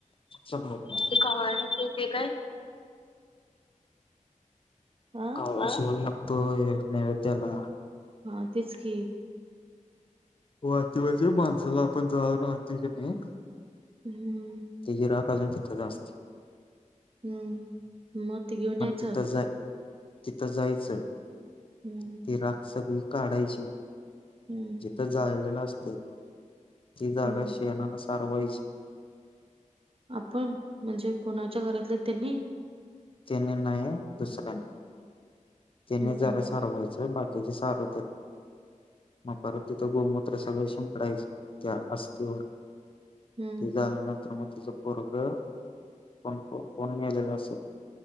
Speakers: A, on the left; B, on the right.
A: पण काय ते कावळा येतय ते काय?
B: आ
A: कावळा शिवाय लागतोय. तो एक नैवेद्याला-
B: हा तेच की
A: <unintelligible> माणसाला आपण <unintelligible> आनते की नाही.
B: हम्म
A: तेचीे रात <unintelligible>
B: हम्म मग ते घेऊन यायचं
A: तिथं जाय तिथं जायचं
B: हम्म
A: <unintelligible> काढायची
B: हम्म.
A: तीथ जाळलेल असतय ति जागा
B: हम्म
A: शेनान सा सारवाईची
B: आपण म्हणजे कोणाच्या घरातले त्यांनी
A: तेनी नाहीय दुसऱ्यांनी त्याने
B: हम्म
A: जरा
B: हम्म
A: सारवायचं बाकीचे सारवतात मग परत तिथं गोमुत सगळ शीपडयचं त्या अस्थीवर
B: हम्म
A: ते झाल्यानंतर मग तिच पोरग कोण कोण मेलेल असेल